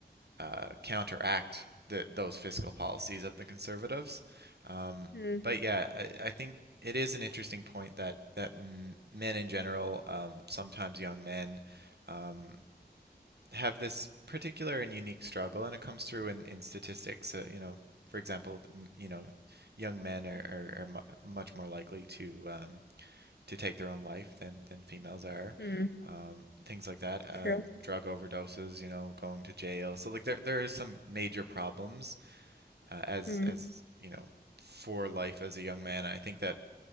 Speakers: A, on the right; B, on the left.
A: uh, counteract the, those fiscal policies of the conservatives. Um,
B: Mm,
A: but yeah, I, I think it is an interesting point that that men in general, um, sometimes young men, um, have this particular and unique struggle, and it comes through in, in statistics. Uh, you know, for example, you know, young men are, are, are much more likely to um, to take their own life than than females are.
B: mm,
A: Um, things like that, uh,
B: true.
A: drug overdoses, you know, going to jail. So like there there is some major problems uh, as
B: Mm.
A: as you know for life as a young man. I think that